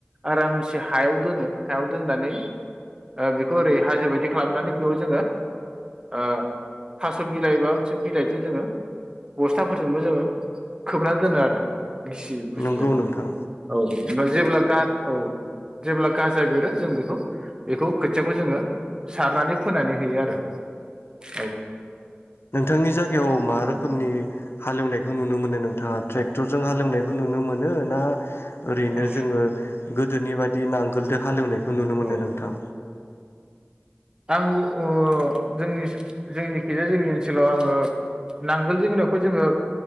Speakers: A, on the right; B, on the left.
A: आरामसे हायाव दोनो हायाव दोननानै ओ-बेखौ ओरै हाजो बायदि खालामनानै बेयाव जोङो ओ- थास' बिलाइबा माबा मोनसे। बिलाइजों जोङो बस्थाफोरजोंबो जोङो खोबनानै दोनो आरो। गिसि बुस्थुजों
B: नंगौ नोंथां
A: औ ओमफ्राय जेब्ला गा- औ। जेब्ला गाजा बेरो जों बेखौ बेखौ खोथियाखौ जोङो सारनानै फोनानै होयो आरो औ।
B: नोंथांनि जायगायाव मा रोखोमनि?
A: औ
B: हालेवनायखौ नुनो मोनो नोंथाङा ट्रेक्टरजों हालेवनायखौ नुनो मोनो ना? ओरैनो
A: औ
B: जोङो। गोदोनि बायदि नांगोलजों हालेवनायखौ। बेखौ नुनो मोनो
A: औ
B: नोंथां?
A: आं उ जोंनि जोंनिखैजाया जोंनि ओनसोलाव आङो नांगोल जनावखौ जोङो